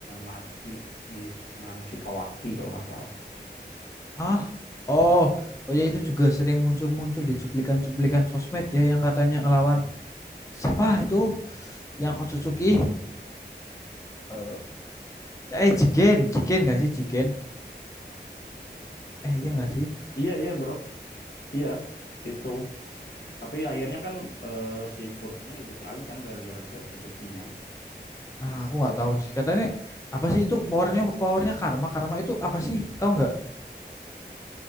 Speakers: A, on the left; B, on the left.
A: mati di tangan si Kawaki kalau nggak salah.
B: Ah, Oh, oh ya itu juga sering muncul-muncul di cuplikan-cuplikan sosmed ya yang katanya ngelawan siapa itu yang Otsutsuki eh eh, Jigen Jigen nggak sih Jigen eh iya nggak sih
A: Iya iya bro. Iya itu. Tapi akhirnya kan eh, si Borutonya hidup lagi kan gara-gara si Otsutsuki-nya.
B: ah aku nggak tahu sih katanya apa sih itu powernya powernya karma karma itu apa sih tahu nggak